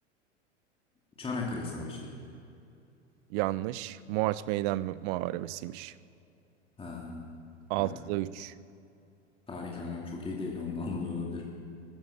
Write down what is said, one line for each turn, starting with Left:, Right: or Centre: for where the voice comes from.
Left: Çanakkale Savaşı.
Right: Yanlış. Mohaç Meydan Muharebesi'ymiş.
Left: Ha.
Right: 6'da
Left: Ya
Right: 3.
Left: Tarihle aram çok iyi değil ondan <laughs> dolayı olabilir.